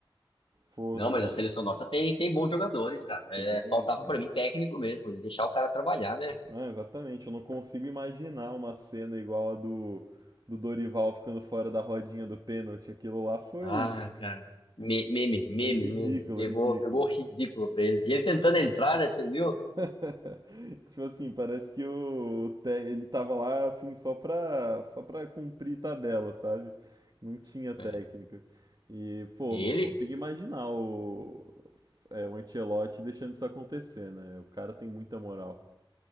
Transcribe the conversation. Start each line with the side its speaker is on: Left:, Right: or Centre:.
Right: Pô,
Left: Não,
Right: é.
Left: mas a seleção nossa tem, tem bons jogadores, cara. É,
Right: Tem,
Left: faltava
Right: tem.
Left: pra mim técnico mesmo, e deixar o cara trabalhar, né?
Right: é, exatamente, eu não consigo imaginar uma cena igual a do, do Dorival ficando fora da rodinha do pênalti. Aquilo lá foi,
Left: Ah, cara. Me- Meme, meme,
Right: foi ridículo,
Left: meme. Pegou,
Right: ridículo.
Left: pegou ridículo pra ele. E ele tentando entrar, né? Você viu?
Right: <laughs> Tipo assim, parece que o Te- ele tava lá assim só pra, só pra cumprir tabela, sabe? Não tinha técnica.
Left: É.
Right: E, pô,
Left: Ele,
Right: não consigo imaginar o, é, o Ancelotti deixando isso acontecer, né? O cara tem muita moral.